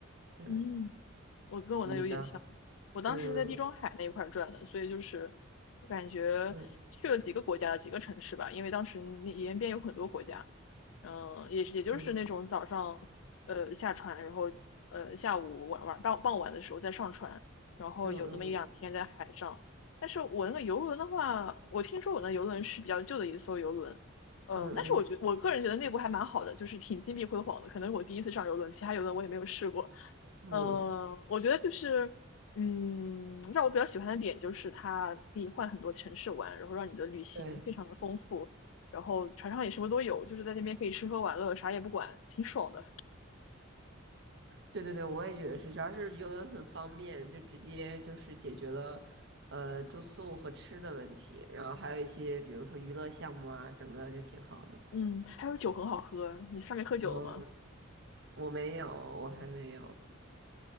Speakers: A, on the right (about 60°); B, on the left (about 70°).
A: 对，
B: 嗯，我跟我那有点像。
A: 你呢？
B: 我当时是在地中海那一块儿转的，
A: 嗯
B: 所以就是我感觉去了几个国家，
A: 嗯
B: 几个城市吧，因为当时那沿边有很多国家，嗯，也也就是那种早上呃下船，
A: 嗯
B: 然后呃下午晚晚傍傍晚的时候再上船，然后有那么一两天在海上。
A: 嗯
B: 但是我那个游轮的话，我听说我那游轮是比较旧的一艘游轮，嗯，
A: 嗯嗯
B: 但是我觉我个人觉得内部还蛮好的，就是挺金碧辉煌的。可能是我第一次上游轮，其他游轮我也没有试过。
A: 嗯嗯，
B: 嗯，我觉得就是，嗯，让我比较喜欢的点就是它可以换很多城市玩，然后让你的旅行非常的丰富。
A: 对。
B: 然后船上也什么都有，就是在那边可以吃喝玩乐，啥也不管，挺爽的。
A: 对对对，我也觉得是，主要是游轮很方便，就直接就是解决了，呃，住宿和吃的问题，然后还有一些比如说娱乐项目啊，整个就挺好的。
B: 嗯，还有酒很好喝，你上面喝酒了吗？
A: 然后我没有，我还没有，